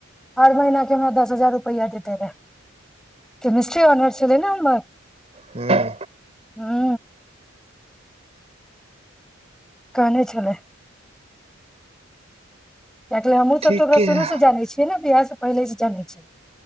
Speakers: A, in the centre; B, on the right (about 30°).
A: हर महिना हमरा दस हजार रुपैआ देते रहै केमिस्ट्री होनर्स छलै नए हमर
B: हूं
A: हू कहने छलै या ले हमहु सब
B: ठीके
A: त ओकरा
B: यै
A: शुरू से जान छियै ने बिहार त पहिले से जानै छै